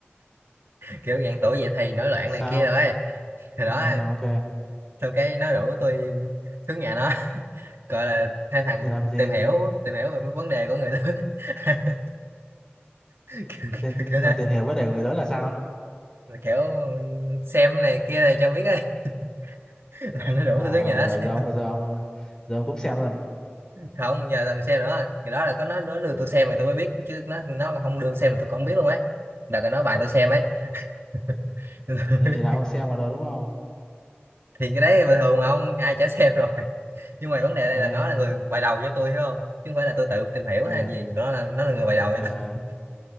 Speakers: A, on the right; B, on the left.
A: kiểu dạng tuổi dậy thì nổi loạn
B: sao
A: này kia rồi hồi
B: ừ
A: đó
B: ok
A: xong cái nó rủ tôi xuống nhà nó <laughs> gọi là hai thằng
B: rồi làm gì
A: tìm hiểu tìm hiểu về mấy vấn đề của người lớn <laughs> kiểu, kiểu,
B: lên
A: kiểu
B: là
A: thế
B: tìm hiểu vấn đề của người lớn là sao
A: Mà kiểu xem này kia này cho biết ấy <laughs> là nó rủ
B: trời
A: tôi tới
B: ơi
A: nhà nó
B: rồi
A: xem
B: giờ ông giờ ông giờ ông cũng xem luôn
A: không giờ là mình xem nữa rồi ngày đó là có nó nó đưa tôi xem mà tôi mới biết chứ nó nó không đưa xem mà tôi còn không biết luôn ấy đợt là nó bài tôi xem ấy <laughs> tôi
B: Ừ,
A: mới
B: thì là
A: biết.
B: ông xem rồi đó đúng không
A: thì cái đấy bình thường mà ông ai chả xem rồi <laughs> nhưng mà vấn đề ở
B: ờ
A: đây là nó là
B: thì
A: người bài đầu cho tôi hiểu không chứ không phải là tôi tự tìm hiểu
B: ờ
A: hay gì nó là nó là người bài đầu
B: ờ
A: cho tôi